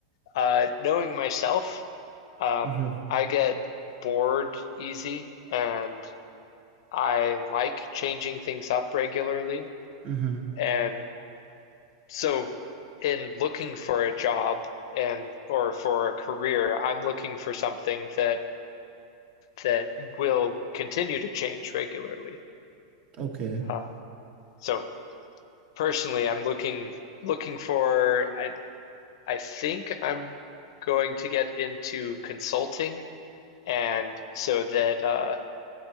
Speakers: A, on the left (about 65°); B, on the right (about 35°).
A: Uh, knowing myself, um,
B: hmm
A: I get bored easy and I like changing things up regularly.
B: hmm
A: And So in looking for a job and or for a career, I'm looking for something that that will continue to change regularly.
B: Okay.
A: Uh, so personally, I'm looking looking for I I think I'm going to get into consulting and so that uh,